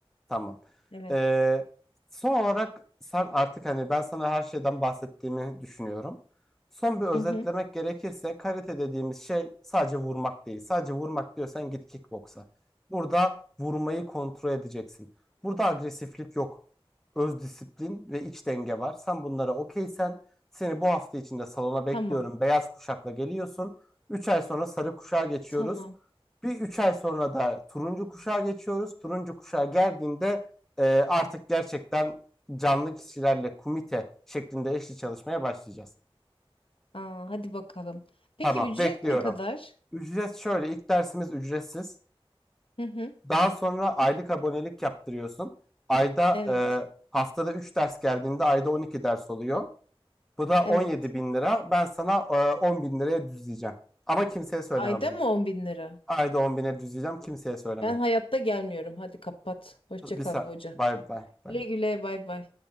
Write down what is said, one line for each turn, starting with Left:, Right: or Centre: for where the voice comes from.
Centre: Tamam.
Left: Evet.
Centre: Ee, son olarak sen artık hani ben sana her şeyden bahsettiğimi düşünüyorum. Son bir özetlemek
Left: Hı hı.
Centre: gerekirse karate dediğimiz şey sadece vurmak değil. Sadece vurmak diyorsan git kickboksa. Burada vurmayı kontrol edeceksin. Burada agresiflik yok. Öz disiplin ve iç denge var. Sen bunlara okeysen seni bu hafta içinde salona bekliyorum.
Left: Tamam.
Centre: Beyaz kuşakla geliyorsun. 3 ay sonra sarı kuşağa geçiyoruz.
Left: Tamam.
Centre: Bir üç ay sonra da turuncu kuşağa geçiyoruz. Turuncu kuşağa geldiğinde e, artık gerçekten canlı kişilerle komite şeklinde eşli çalışmaya başlayacağız.
Left: Aa, hadi bakalım. Peki
Centre: Tamam,
Left: ücret
Centre: bekliyorum.
Left: ne kadar?
Centre: Ücret şöyle, ilk dersimiz ücretsiz.
Left: Hı hı.
Centre: Daha sonra aylık abonelik yaptırıyorsun. Ayda
Left: Evet.
Centre: e, haftada üç ders geldiğinde ayda 12 ders oluyor. Bu da
Left: Evet.
Centre: on yedi bin lira. Ben sana e, 10 bin liraya düzleyeceğim. Ama kimseye söyleme
Left: Ayda
Centre: bunu.
Left: mı on bin lira?
Centre: Ayda on bine düzleyeceğim. Kimseye söyleme.
Left: Ben hayatta gelmiyorum. Hadi kapat. Hoşça
Centre: Bir
Left: kal
Centre: sa-
Left: hoca.
Centre: bye bye bye.
Left: Güle güle bay bay.